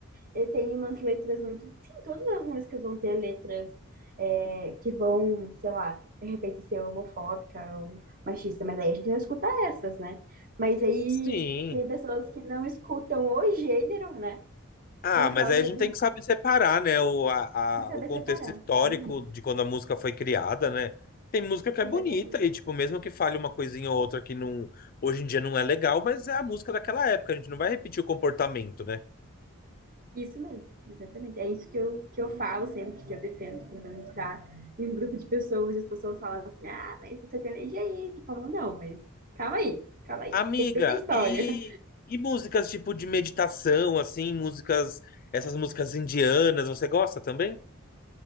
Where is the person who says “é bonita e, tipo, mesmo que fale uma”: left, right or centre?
Left